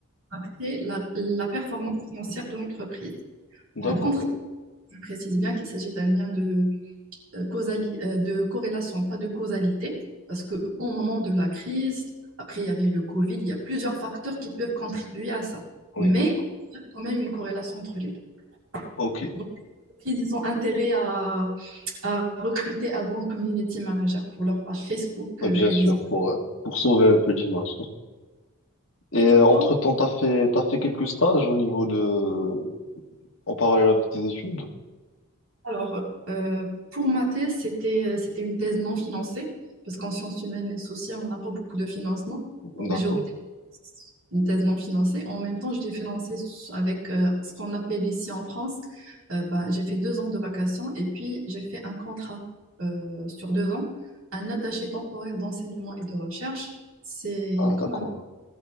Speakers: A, on the right; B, on the left.
A: impacter la, la performance financière de l'entreprise.
B: D'accord.
A: Par contre, Je précise bien qu'il s'agit d'un lien de, de corrélation, pas de causalité, parce qu'au moment de la crise, après il y avait le Covid, il y a plusieurs facteurs qui peuvent contribuer à ça.
B: Oui.
A: Mais il y a quand même une corrélation entre les deux.
B: Ok.
A: Donc, ils ont intérêt à, à recruter un bon community manager pour leur page Facebook
B: Ouais,
A: euh,
B: Bien
A: et
B: sûr,
A: réseaux.
B: pour, euh, pour sauver un peu l'image. Et
A: Et toi,
B: euh, entre-temps, t'as fait, t'as fait quelques stages au niveau de... en parallèle avec tes études?
A: Alors, euh, pour ma thèse, c'était euh, c'était une thèse non financée, parce qu'en sciences humaines et sociales, on n'a pas beaucoup de financement. Donc,
B: D'accord.
A: j'ai opté pour une thèse non financée. En même temps, je l'ai financée s- avec euh, ce qu'on appelle ici en France. euh, bah, j'ai fait deux ans de vacations et puis j'ai fait un contrat euh, sur deux ans, un attaché temporaire d'enseignement et de recherche. C'est
B: Ah,
A: comme
B: d'accord.
A: un